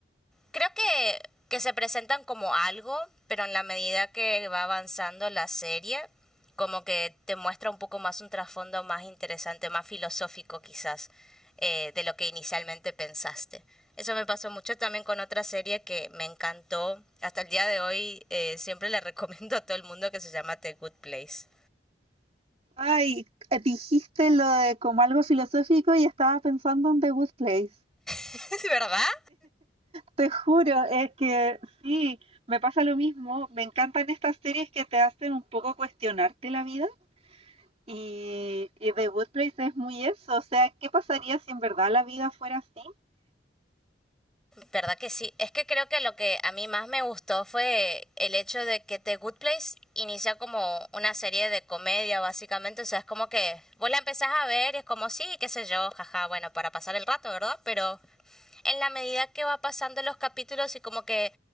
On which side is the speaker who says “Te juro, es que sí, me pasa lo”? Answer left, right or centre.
Right